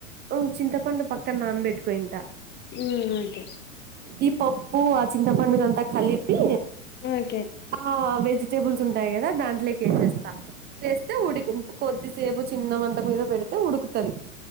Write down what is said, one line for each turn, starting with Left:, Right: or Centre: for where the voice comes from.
Right: మ్ చింతపండు పక్కన్ నానబెట్టుకోయింట
Left: మ్ ఓకే
Right: ఈ పప్పు ఆ చింతపండుదంతా కలిపి
Left: ఓకే.
Right: ఆ వెజిటేబుల్స్ ఉంటాయి గదా దాంట్లోకేసేస్తా. వేస్తే ఉడి కొద్దిసేపు చిన్న మంట మీద పెడితే ఉడుకుతది.